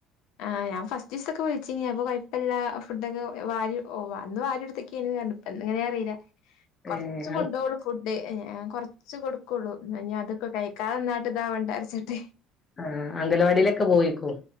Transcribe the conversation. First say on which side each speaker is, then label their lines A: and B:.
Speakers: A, on the left (about 65°); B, on the left (about 20°).
A: ആഹ് ഞാൻ ഫസ് ജിസ്സക്ക വേടിച്ചേനി അപ്പൊ കൊഴപ്പല്ലാ ഫുഡൊക്കെ എ വാരി ഓ വന്ന് വാരി എടുത്തക്ക് <unintelligible> എടുത്തേക്ക ഇപ്പ എങ്ങനെ അറിയില്ല കൊറച്ച്
B: ഏഹ്
A: കൊണ്ടോവ്ള്ളൂ ഫുഡ് എ ആ കൊറച്ച് കൊടുക്കുള്ളു ന്‌ ഇനിയാ അതൊക്കെ കഴിക്കാതെ നന്നായിട്ട് ഇതാ വേണ്ടാരിച്ചിട്ട്
B: ആ അംഗലവാടീലൊക്കെ പോയിക്കും